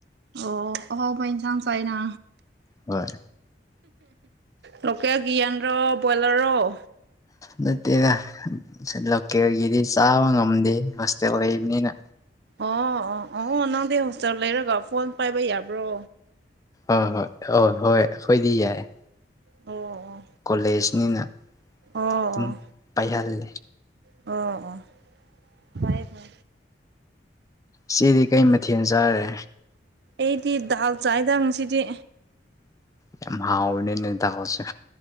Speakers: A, on the right; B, on the left.
A: ꯑꯣ ꯍꯥꯎꯅ ꯊꯥꯡ ꯆꯥꯏꯅ
B: ꯍꯣꯏ
A: ꯂꯀꯦꯜ ꯭ꯌꯥꯟ ꯔ꯭ꯔ ꯕꯣꯏꯂꯔ ꯑꯣ
B: ꯅꯠꯇꯦꯒ ꯂꯦ ꯑꯣꯏꯒꯗꯤ ꯆꯥ ꯉꯝꯗꯦ ꯍꯣꯁꯇꯦꯜ ꯂꯩꯕꯅꯤꯅ
A: ꯑꯣ ꯑꯣ ꯑꯣ ꯅꯪꯗꯤ ꯍꯣꯁꯇꯦꯜ ꯂꯩꯔꯒ ꯐꯣꯟ ꯄꯥꯏꯕ ꯌꯥꯕ꯭ꯔꯣ
B: ꯑ ꯍꯣꯏ ꯍ ꯍꯣꯏ ꯑꯩꯈꯣꯏꯗꯤ ꯌꯥꯏ
A: ꯑꯣ ꯑꯣ
B: ꯀꯣꯂꯦꯖꯅꯤꯅ
A: ꯑꯣ
B: ꯑꯗꯨꯝ
A: ꯑꯣ
B: ꯄꯥꯏꯍꯜꯂꯦ
A: ꯑꯣ ꯑꯣ ꯐꯥꯏ ꯐ
B: ꯁꯤꯗꯤ ꯀꯩ ꯃꯊꯦꯜ ꯆꯥꯔꯦ
A: ꯑꯩꯗꯤ ꯗꯥꯜ ꯆꯥꯏꯗꯁꯤꯗꯤ
B: ꯌꯥꯝ ꯍ ꯑꯣꯏꯅꯤ ꯅꯗꯁ